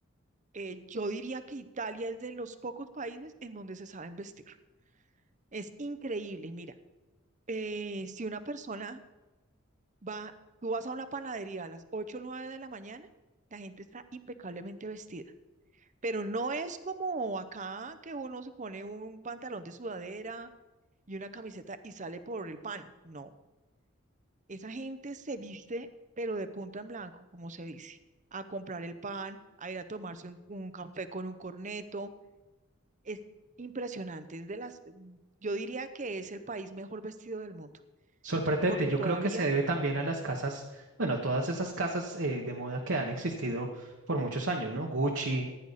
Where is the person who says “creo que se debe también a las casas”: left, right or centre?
Right